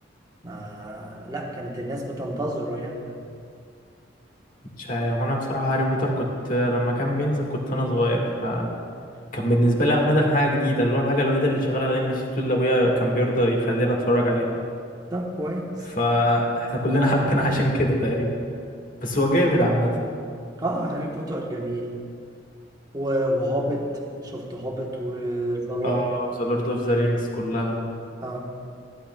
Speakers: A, on the right; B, on the left.
A: ما لا كانت الناس بتنتظره يعني
B: مش عارف وأنا بصراحة هاري بوتر كنت لما كان بينزل كنت أنا صغير فكان بالنسبة لي عامة حاجة جديدة اللي هو الحاجة الوحيدة اللي شغالة على ام بي سي 2 اللي أبويا كان بيرضى يخلينا نتفرج عليها
A: طب كويس
B: فاحنا كلنا <laughs> حبينا عشان كده تقريبا بس هو جامد عامة
A: اه هاري بوتر جميل و- وهوبت شفت هوبت وذا لورد
B: اه ذا لورد اوف ذا رينجز كلها
A: اه